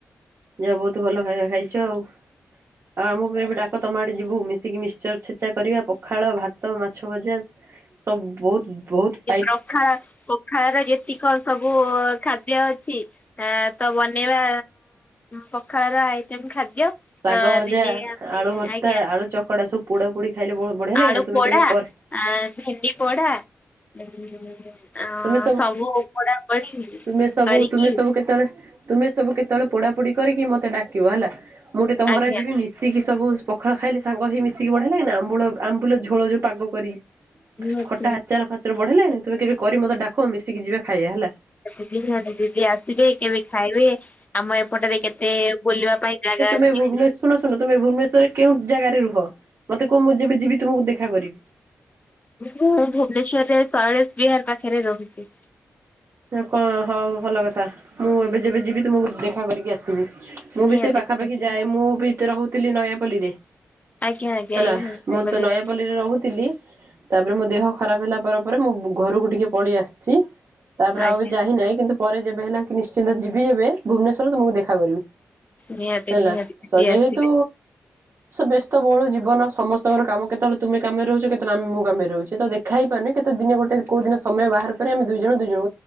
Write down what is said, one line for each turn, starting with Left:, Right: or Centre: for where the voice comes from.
Right: ଯାହା ବହୁତ ଭଲ ଖାଇବା ଖାଇଛ ଆଉ ଆଉ ଆମକୁ ଏବେ ଡାକ ତମ ଆଡେ ଯିବୁ ମିଶିକି ମିଶ। ଚର ଛେଚା କରିବା ପଖାଳ ଭାତ ମାଛ ଭଜା। ସବୁ ବହୁତ ବହୁତ ଆଇ
Left: ପଖାଳ ପଖାଳ ର ଯେତିକ ସବୁ ଖାଦ୍ୟ ଅଛି। ଆଁ ତ ବନେଇବା ପଖାଳ ର ଆଇଟମ ଖାଦ୍ୟ।
Right: ଶାଗ
Left: ଆଜ୍ଞ
Right: ଭଜା
Left: ଆଜ୍ଞା।
Right: ଆଳୁ ଭର୍ତ୍ତା ଆଳୁ ଚକଡା ସବୁ ପୋଡା ପୋଡି ଖାଇଲେ ବଢିଆ ଲାଗେ
Left: ଆଳୁ
Right: ନା ତୁମେ
Left: ପୋଡା
Right: କେବେ କରେ
Left: ଆ ଭେଣ୍ଡି ପୋଡା। ଅଁ
Right: ହଁ ତୁମେ
Left: ସବୁ ପୋଡା ପୋଡି
Right: ତୁମେ ସବୁ
Left: କରିକି।
Right: ତୁମେ ସବୁ କେତେବେଳେ ତୁମେ ସବୁ କେତେବେଳେ ପୋଡା ପୋଡି କରିକି ମତେ ଡାକିବ ହେଲା ମୁଁ ଟିକେ ତମ
Left: ଆଜ୍ଞା
Right: ଘରେ ଯିବି ମିଶିକି। ସବୁ ପଖାଳ ଖାଇଲେ ସାଙ୍ଗ ହୋଇଇ ମିଶିକି ବଢିଆ ଲାଗେନା ଆମ୍ବୁଲ। ଆମ୍ବୁଲ ଝୋଳ ଯୋଉ ପାଗ କରି
Left: ନିହାତି
Right: ଖଟା ଆଚାର ଫାଚାର ବଢିଆ ଲାଗେନା? ତମେ କେବେ କରି ମୋତେ ଡା। କୁହ ମିଶିକି ଯିବା ଖାଇବା ହେଲା।
Left: ଦିଦି ଆସିବେ କେବେ ଖାଇବେ ଆମ ଏପଟରେ କେତେ ବୁଲିବା ପାଇଁ ଜାଗା। ଅଛି
Right: ତମେବନେଶ ଶୁଣ ଶୁଣ ତମେ ଭୁବନେଶ୍ୱରରେ କେଉ ଜାଗାରେ ରୁହ ମତେ କୁହ ମୁଁ ଯେବେ ଯିବି ତମକୁ ଦେଖା କରିବି।
Left: ମୁଁ ଭୁବନେଶ୍ଵରରେ ଶୈଳଶ ବିହାର ପାଖରେ ରହୁଛି।
Right: କଣ ହଉ ଭଲ କଥା ମୁଁ ଏବେ ଯେବେ ଯିବି ତୁମକୁ ଦେଖା କରିକି ଆସିବି। ମୁଁ
Left: ନିହାତି
Right: ବି ସେ ପାଖାପାଖି
Left: ନିହାତି।
Right: ଯାଏ ମୁଁ ବି ତବରହୁଥିଲି ନୟାପଲ୍ଲୀରେ।
Left: ଆଜ୍ଞା ଆଜ୍ଞା
Right: ହେଲା
Left: ଏଇ
Right: ମୁଁ
Left: ଭଲରେ
Right: ତ ନୟାପଲ୍ଲୀରେ ରହୁଥିଲି। ତାପରେ ମୋ ଦେହ ଖରାପ ହେଲା ପରେ ପରେ ମୁଁ ଘରକୁ ଟିକେ ପଳେଇ ଆସିଛି। ତାପରେ
Left: ଆଜ୍ଞା
Right: ଆଉ ବି ଯାଇନାହିଁ କିନ୍ତୁ ପରେ ଯେବେ ହେଲା କି ନିଶ୍ଚିନ୍ତ ଯିବି ଯେବେ ଭୁବନେଶ୍ୱରରୁ ତୁମକୁ ଦେଖା କରିବି।
Left: ନିହାତି
Right: ହେଲା
Left: ନିହାତି ଦିଦି
Right: ସ ଯେହେତୁ।
Left: ଆସିବେ
Right: ସୋ ବ୍ୟସ୍ତ ବହୁଳ ଜୀବନ ସମସ୍ତଙ୍କର କାମ କେତେବେଳେ ତୁମେ କାମରେ ରହୁଛ କେତେବେଳେ ଆମେ ମୁଁ କାମରେ ରହୁଛି। ତ ଦେଖାହେଇ ପାରୁନି କେତେ ଦିନ ଗୋଟେ କୋଉ ଦିନ ସମୟ ବାହାର କରି ଆମ ଦୁଇ ଜଣ ଦୁଇ ଜଣ।